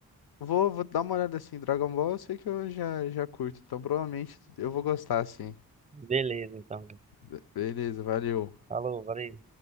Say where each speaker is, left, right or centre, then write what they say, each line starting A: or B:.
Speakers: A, on the left; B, on the right.
A: Vou, vou dar uma olhada assim. Dragon Ball eu sei que eu já, já curto, então provavelmente eu vou gostar assim.
B: Beleza, então.
A: Be- Beleza, valeu.
B: Falou, valeu.